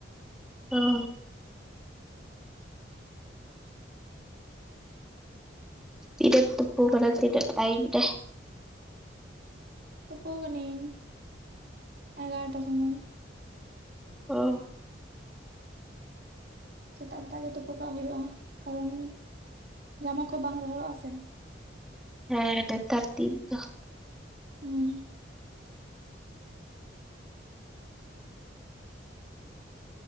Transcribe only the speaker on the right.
ᱛᱳᱯᱳ ᱠᱟᱹᱱᱤᱧ ᱮᱜᱟᱨᱚᱴᱟ ᱥᱚᱢᱚᱭ᱾
ᱥᱮᱛᱟᱜ ᱥᱮᱛᱟᱜ ᱜᱮ ᱛᱳᱯᱳ ᱠᱚᱜ ᱦᱳᱭᱳᱜᱼᱟ ᱠᱟᱨᱚᱱ ᱡᱟᱢᱟ ᱠᱚ ᱵᱟᱝ ᱨᱚᱦᱚᱲᱚᱜᱼᱟ ᱥᱮ᱾
ᱦᱩᱸ,